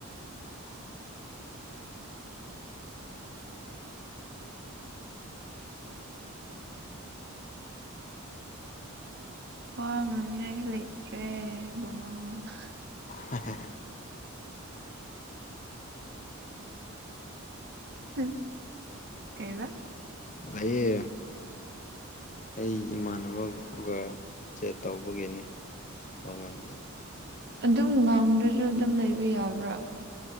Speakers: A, on the right (about 50°); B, on the left (about 35°).
A: ꯋꯥ ꯉꯥꯅꯤꯉꯥꯏꯁꯨ ꯂꯩꯇ꯭ꯔꯦ ꯂꯨꯡꯉꯣ
B: ꯍ ꯍ
A: ꯎꯝ ꯀꯩꯕꯥ
B: ꯑꯩꯌꯦ ꯑꯩ ꯏꯃꯥꯟꯅꯕꯒ ꯆꯦ ꯇꯧꯕꯒꯤꯅꯤ ꯋꯥꯉꯥꯡꯗ
A: ꯑꯗꯨꯝ ꯉꯥꯡꯗ꯭ꯔꯁꯨ ꯑꯗꯨꯝ ꯂꯩꯕ ꯌꯥꯕ꯭ꯔꯥ